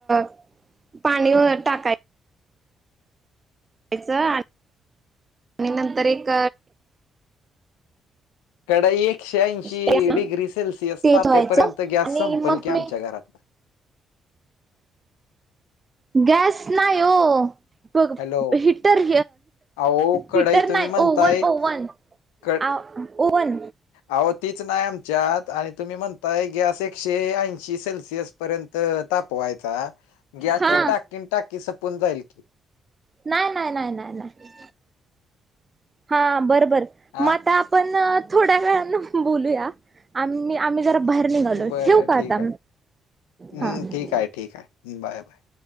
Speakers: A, on the right; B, on the left.
A: <inaudible> पाणी टाकाय च <inaudible> आणि आणि नंतर एक
B: कडाई एकशे ऐंशी
A: त्यास ना
B: डिग्री सेल्सिअस
A: ते
B: तापेपर्यंत
A: ठेवायचं
B: गॅस
A: आणि
B: संपल
A: मग
B: की
A: मी
B: आमच्या घरातला <inaudible>
A: गॅस नाही हो <inaudible> ब
B: हॅलो
A: <inaudible> हिटर
B: अहो कढई
A: हिटर
B: तुम्ही
A: नाही
B: म्हणताय
A: ओव्हन ओव्हन
B: क
A: <inaudible> ओवन
B: अहो तीच नाही आमच्यात आणि तुम्ही म्हणताय गॅस एकशे ऐंशी सेल्सिअस पर्यंत <inaudible> तर तापवायचा गॅसची
A: हा
B: टाकीन टाकी सपून जाईल की <inaudible>
A: नाही नाही नाही नाही नाही <inaudible> हा बर बर
B: हा
A: मग आता आपण थोड्या वेळान बोलूया <inaudible> आम्ही आम्ही जरा बाहेर निघालो
B: बरं
A: ठेवऊ का
B: ठीक
A: आता
B: आहे हम्म
A: हा <inaudible>
B: ठीक आहे ठीक आहे <inaudible> बाय बाय <inaudible>